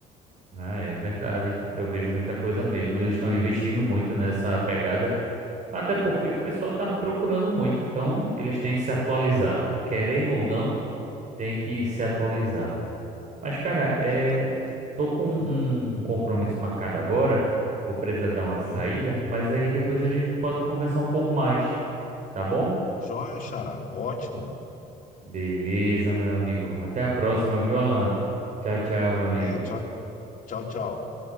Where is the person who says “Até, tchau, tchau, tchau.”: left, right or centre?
Left